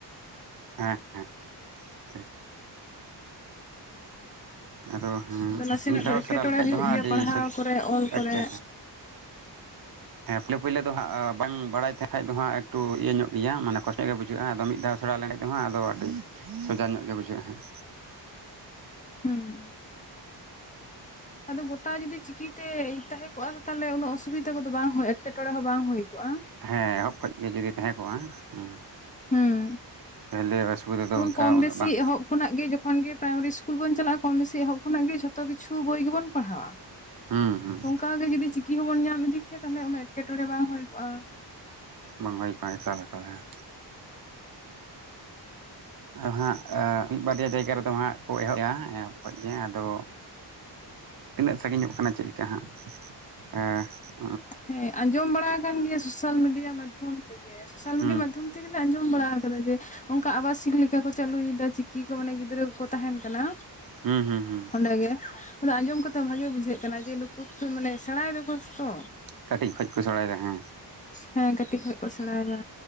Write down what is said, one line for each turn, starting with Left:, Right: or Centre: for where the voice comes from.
Right: ᱦᱮᱸ ᱴᱷᱤᱠ᱾ ᱟᱫᱚ ᱦᱮᱸ
Left: ᱟᱫᱚ ᱱᱟᱥᱮᱱᱟᱜ
Right: ᱢᱤᱫ ᱫᱷᱟᱣ
Left: ᱫᱚ ᱮᱴᱠᱮᱴᱚᱬᱮ
Right: ᱥᱮᱬᱟ ᱞᱮᱠᱷᱟᱡ
Left: ᱦᱩᱭᱩᱜ
Right: ᱫᱚ ᱦᱟᱸᱜ
Left: ᱜᱮᱭᱟ
Right: ᱟᱹᱰᱤ
Left: ᱯᱟᱲᱦᱟᱣ
Right: ᱥᱚᱡ
Left: ᱠᱚᱨᱮ ᱚᱞ ᱠᱚᱨᱮ᱾
Right: ᱮᱴᱠᱮ ᱦᱮᱸ ᱯᱳᱭᱞᱳ ᱯᱳᱭᱞᱳ ᱫᱚ ᱦᱟᱸᱜ ᱵᱟᱝ ᱵᱟᱲᱟᱭ ᱛᱮ ᱠᱷᱟᱡ ᱫᱚ ᱦᱟᱸᱜ ᱮᱠᱴᱩ ᱤᱭᱟᱹ ᱧᱚᱜ ᱜᱮᱭᱟ ᱢᱟᱱᱮ ᱠᱚᱥᱴᱚ ᱧᱚᱜ ᱜᱮ ᱵᱩᱡᱷᱟᱹᱜᱼᱟ ᱟᱫᱚ ᱢᱤᱫ ᱫᱷᱟᱣ ᱥᱮᱬᱟ ᱞᱮᱱ ᱠᱷᱟᱡ ᱫᱚ ᱦᱟᱸᱜ ᱟᱫᱚ ᱟᱹᱰᱤ ᱥᱚᱡᱟ ᱧᱚᱜ ᱜᱮ ᱵᱩᱡᱷᱟᱹᱜᱼᱟ ᱦᱟᱸᱜ᱾
Left: ᱦᱩᱸ᱾ ᱟᱫᱚ ᱜᱚᱴᱟ ᱡᱩᱫᱤ ᱪᱤᱠᱤᱛᱮ ᱛᱟᱦᱮᱸ ᱠᱚᱜᱼᱟ ᱛᱟᱦᱞᱮ ᱩᱱᱟᱹᱜ ᱚᱥᱩᱵᱤᱫᱷᱟ ᱠᱚᱫᱚ ᱵᱟᱝ ᱦᱳᱭ ᱮᱴᱠᱮᱴᱚᱬᱮ ᱦᱚᱸ ᱵᱟᱝ ᱦᱩᱭ ᱠᱚᱜ-ᱟ᱾
Right: ᱦᱮᱸ ᱮᱦᱚᱵ ᱠᱷᱚᱡ ᱜᱮ ᱡᱩᱫᱤ ᱛᱟᱦᱮᱸ ᱠᱚᱜ-ᱟ ᱦᱩᱸ᱾
Left: ᱦᱩᱸ᱾
Right: ᱛᱟᱦᱞᱮ ᱚᱥᱩᱵᱤᱫᱟ ᱫᱚ
Left: ᱡᱮᱢᱚᱱ
Right: ᱚᱱᱠᱟ
Left: ᱠᱚᱢ
Right: ᱩᱱᱟᱹᱜ
Left: ᱵᱮᱥᱤ
Right: ᱵᱟᱝ
Left: ᱮᱦᱚᱵ ᱠᱷᱚᱱᱟᱜ ᱜᱮ ᱡᱚᱠᱷᱚᱱ ᱜᱮ ᱯᱨᱟᱭᱢᱟᱨᱤ ᱤᱥᱠᱩᱞ ᱵᱚᱱ ᱪᱟᱞᱟᱜᱼᱟ ᱠᱚᱢ ᱵᱮᱥᱤ ᱮᱦᱚᱵ ᱠᱷᱚᱱᱟᱜ ᱜᱮ ᱡᱷᱚᱛᱚ ᱠᱤᱪᱷᱩ ᱵᱳᱭ ᱜᱮᱵᱚᱱ ᱯᱟᱲᱦᱟᱣᱟ᱾
Right: ᱦᱩᱸ ᱦᱩᱸ
Left: ᱚᱱᱠᱟᱜ ᱜᱮ ᱡᱩᱫᱤ ᱪᱤᱠᱤ ᱦᱚᱸᱵᱚᱱ ᱧᱟᱢ ᱤᱫᱤ ᱠᱮᱭᱟ, ᱛᱟᱦᱚᱞᱮ ᱩᱱᱟᱹᱜ ᱮᱴᱠᱮᱴᱚᱬᱮ ᱵᱟᱝ ᱦᱩᱭ ᱠᱚᱜᱼᱟ᱾
Right: ᱵᱟᱝ ᱦᱩᱭ ᱠᱚᱜ-ᱟ, ᱮᱠᱟᱞ ᱮᱠᱟᱞ ᱦᱮᱸ᱾ ᱟᱫᱚ ᱦᱟᱸᱜ ᱟᱻ ᱢᱤᱫ ᱵᱟᱨᱭᱟ ᱡᱟᱭᱜᱟ ᱨᱮᱫᱚ ᱦᱟᱸᱜ ᱠᱚ ᱮᱦᱚᱵ ᱮᱜ-ᱟ ᱮᱦᱚᱵ ᱠᱷᱚᱱᱴᱡ ᱜᱮ ᱟᱫᱚ ᱛᱤᱱᱟᱹᱜ ᱥᱟᱺᱜᱤᱧᱚᱜ ᱠᱟᱱᱟ ᱪᱮᱫ ᱞᱮᱠᱟ ᱦᱟᱸᱜ? ᱮᱸ,
Left: ᱦᱮᱸ ᱟᱸᱡᱚᱢ ᱵᱟᱲᱟ ᱟᱠᱟᱱ ᱜᱮᱭᱟ ᱥᱳᱥᱟᱞ ᱢᱤᱰᱤᱭᱟ ᱢᱟᱫᱽᱫᱷᱚᱢ ᱛᱮᱜᱮ᱾ ᱥᱳᱥᱟᱞ
Right: ᱦᱩᱸ
Left: ᱢᱤᱰᱤᱭᱟ ᱢᱟᱫᱽᱫᱷᱚᱢ ᱛᱮᱜᱮᱞᱮ ᱟᱸᱡᱚᱢ ᱵᱟᱲᱟ ᱠᱟᱫᱟ ᱡᱮ ᱚᱝᱠᱟ ᱟᱵᱟᱥᱤᱠ ᱞᱮᱠᱟ ᱠᱚ ᱪᱟᱹᱞᱩᱭᱮᱫᱟ ᱪᱤᱠᱤ ᱠᱚ ᱢᱟᱱᱮ ᱜᱤᱫᱽᱨᱟᱹ ᱠᱚᱠᱚ ᱛᱟᱦᱮᱱ ᱠᱟᱱᱟ᱾
Right: ᱦᱩᱸ, ᱦᱩᱸ, ᱦᱩᱸ᱾
Left: ᱚᱸᱰᱮᱜᱮ ᱟᱫᱚ ᱟᱸᱡᱚᱢ ᱠᱟᱛᱮ ᱦᱚᱸ ᱵᱷᱟᱜᱮ ᱵᱩᱡᱷᱟᱹᱜ ᱠᱟᱱᱟ, ᱡᱮ ᱱᱩᱠᱩ ᱢᱟᱱᱮ ᱥᱮᱬᱟᱭ ᱫᱚᱠᱚ ᱛᱚ᱾
Right: ᱠᱟᱹᱴᱤᱡ ᱠᱷᱚᱡ ᱠᱚ ᱥᱮᱬᱟᱭᱫᱟ ᱦᱮᱸ᱾
Left: ᱦᱮᱸ ᱠᱟᱹᱴᱤᱡ ᱠᱷᱚᱡ ᱠᱚ ᱥᱮᱬᱟᱭᱫᱟ᱾